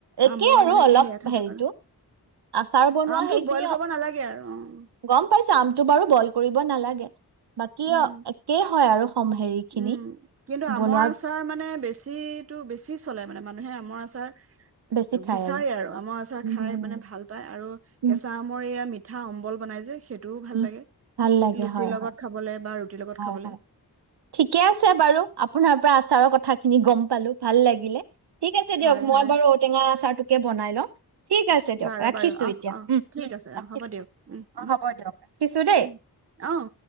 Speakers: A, on the right; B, on the right.
A: একে
B: আমৰ
A: আৰু
B: মানে
A: অলপ
B: তে সেয়া থোৱাৰ
A: হেৰিতটো
B: কাৰণে,
A: আচাৰ বনোৱা
B: আমটো
A: সেইখিনি
B: বইল কৰিব নালাগে আৰু অ',
A: গম পাইছোঁ। আমটো বাৰু বইল কৰিব নালাগে। <unintelligible> বাকী
B: উম,
A: অ', একেই হয় আৰু সম হেৰি। খিনি
B: উম, কিন্তু
A: বনোৱা
B: আমৰ আচাৰ মানে। মানে বেছিটো, বেছি চলে মানে মানুহে আমাৰ আচাৰ।
A: বেছি খাই
B: বিচাৰে আৰু আমাৰ আচৰ
A: উম
B: খাই মানে ভাল পায়, আৰু
A: উম
B: কেঁচা আমৰ এইয়া <unintelligible> পিঠা অম্বল বনাই যে সেই। ভাল
A: উম,
B: লাগে
A: ভাল লাগে
B: লুচিৰ
A: হয়
B: লগত
A: হয়
B: খাবলৈ বা <unintelligible> ৰুতিৰ লগত
A: হয়
B: খাবলৈ।
A: হয় ঠিকে আছে বাৰু, আপোনাৰ পৰা আচাৰৰ কথা খিনি গম পালো, ভাল লাগিলে। ঠিক আছে দিয়ক,
B: হয়
A: মই
B: হয়
A: বাৰু ঔ টেঙা আচাৰটো কে বনাই ল'। ঠিক আছে, দিয়ক।
B: বাৰু
A: ৰাখিছোঁ
B: বাৰু অহ
A: এতিয়া
B: অহ
A: উম,
B: ঠিক
A: উম,
B: আছে
A: ৰাখিছোঁ।
B: অ হ'ব দিয়ক উম
A: অ',
B: উম
A: হ'ব দিয়ক। ৰাখিছো দেই
B: উম, অ'